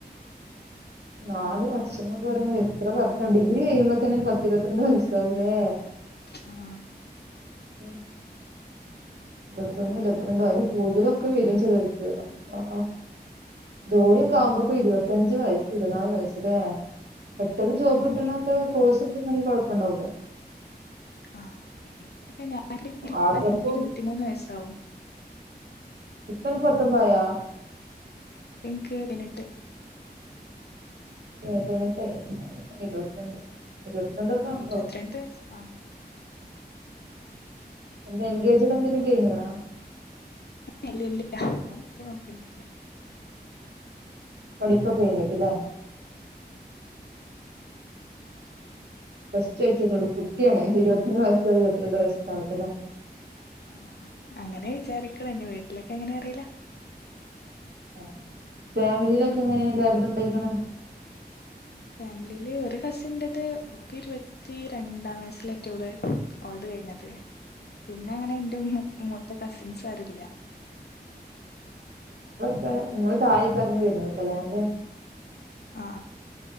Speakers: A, on the right; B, on the left.
A: നാല് വർഷംന്നൊക്കെ പറയുമ്പോ എ എത്ര വർഷം, ഡിഗ്രി കയിമ്പൊക്കിന് പത്തിരുപത്തിരണ്ട് വയസ്സാവുലേ
B: ആ
A: ഉം ഇരുപത്തൊന്നും ഇരുപത്തിരണ്ടും അയില് കൂടുതലൊക്കെ വരും ചെലോര്ക്ക് അപ് ആ ജോലിയൊക്കെ ആവുമ്പോക്കു ഇരുപത്തഞ്ച് ഞ്ച് വയസു ഇരുപത്തിനാല് വയസ്സ്ലേ പെട്ടെന്ന് ജോബ്
B: ആഹ്
A: കിട്ടണൊക്കെ
B: എൻ
A: കോഴ്സൊക്കെടുക്കാണെങ്കി കൊഴ പ്പണ്ടാവൂല.
B: ആ പ്പ ഞാൻ <unintelligible>
A: ആർ എക്കൗ
B: ഇരുപത്തിമൂന്ന് വയസാവും
A: ഇപ്പനക്ക് പത്തൊമ്പായോ?
B: പ്പെങ്കു പയിനെട്ടു
A: അ പയിനെട്ടയിട്ടൊള്ളല്ലേ ഇരുപത്തിരണ്ട് ഇരുപത്തിരണ്ടൊക്കെ ആവുമ്പാവും
B: ഇരുപത്തിരണ്ട് വയസ്സ് ആഹ്
A: എന്താ എൻഗേജ് <unintelligible> ക്കഴിഞ്ഞാണോ
B: ഇല്ല ഇല്ല അതൊന്നു ഇപ്പ നോക്കുന്നില്ല.
A: പഠിപ്പൊക്കെ കഴിഞ്ഞിട്ടല്ലേ? ഫസ്റ്റ് കഴിച്ചിട്ടേള്ളൂ,
B: അങ്ങനെ
A: കുട്ടിയാണ്, ഇരുപത്തൊന്ന് വയസ്സോ ഇരുപത്തിരണ്ട് വയസ്സക്കെ ആവട്ടെ അല്ലേ.
B: ആ അങ്ങനെ വിചാരിക്കണ് ഇനി വീട്ടിലൊക്കെ എങ്ങന്യ അറിയില്ല.
A: ആ ഫാമിലിയിലൊക്കെ എങ്ങനെയ എല്ലായിടത്തും ഉണ്ടായിക്കണ?
B: ഫാമിലിയില് ഒരു കസിന്റത് ഓക്കിരുപത്തി രണ്ടാം വയസ്സിലറ്റോള് ഓൾടെ കഴിഞ്ഞത്. പിന്നെ അങ്ങനെ എന്റെ മൂത്ത കസിൻസ് ആരില്ല.
A: ഇപ്പ നിങ്ങള് തായക്കെറങ്ങി വരുന്നക്കല്ലേ എന്റെ.
B: ആ